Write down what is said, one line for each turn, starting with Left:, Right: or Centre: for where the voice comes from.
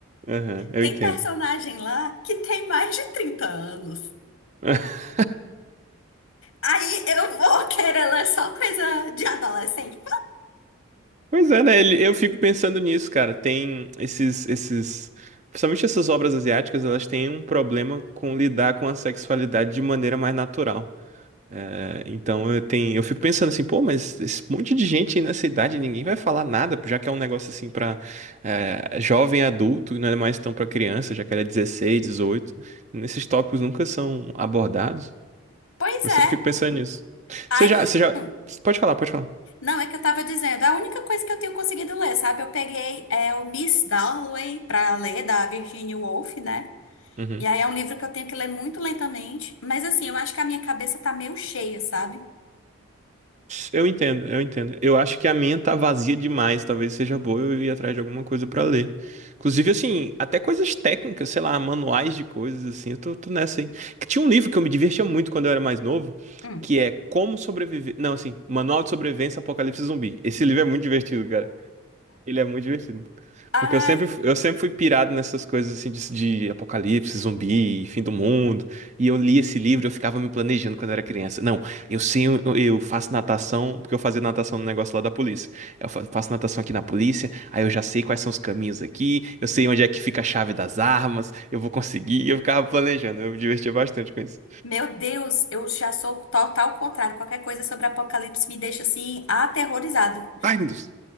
Right: Aham, eu
Left: Tem
Right: entendo.
Left: personagem lá que tem mais de 30 anos.
Right: <laughs>
Left: Aí eu vou <laughs> querer ler só coisa de adolescente?
Right: Pois é, né? ele- Eu fico pensando nisso, cara. Tem esses, esses. Principalmente essas obras asiáticas, elas têm um problema com lidar com a sexualidade de maneira mais natural. É, então eu tenho, eu fico pensando assim, pô, mas esse monte de gente aí nessa idade, ninguém vai falar nada, já que é um negócio assim pra é, jovem adulto, e não é mais tão pra criança, já que era 16 dezoito Nesses tópicos nunca são abordados.
Left: Pois
Right: Eu
Left: é.
Right: sempre fico pensando nisso.
Left: Aí.
Right: Você já, você já,
Left: hum,
Right: pode falar, pode falar.
Left: Não, é que eu tava dizendo. é A única coisa que eu tenho conseguido ler, sabe? Eu peguei é, o Miss Dalloway pra ler, da Virginia Woolf, né?
Right: Uhum.
Left: E aí é um livro que eu tenho que ler muito lentamente. Mas assim, eu acho que a minha cabeça tá meio cheia, sabe?
Right: Eu entendo, eu entendo. Eu acho que a minha tá vazia demais, talvez seja boa eu ir atrás de alguma coisa pra ler. Inclusive, assim, até coisas técnicas, sei lá, manuais de coisas, assim, eu tô, tô nessa, hein. Que tinha um livro que eu me divertia muito quando eu era mais novo,
Left: Hum.
Right: que é Como Sobreviver. Não, assim, Manual de Sobrevivência Apocalipse Zumbi. Esse livro é muito divertido, ele é muito divertido.
Left: Ai,
Right: Porque eu sempre, eu sempre fui pirado nessas coisas assim de, de apocalipse, zumbi, fim do mundo. E eu li esse livro, eu ficava me planejando quando era criança. Não, eu sei, eu, eu faço natação, porque eu fazia natação no negócio lá da polícia. Eu fa- faço natação aqui na polícia, aí eu já sei quais são os caminhos aqui, eu sei onde é que fica a chave das armas, eu vou conseguir. E eu ficava planejando, eu me divertia bastante com isso.
Left: meu Deus, eu já sou total contrário. Qualquer coisa sobre apocalipse me deixa assim, aterrorizada.
Right: Ai, meu Deus.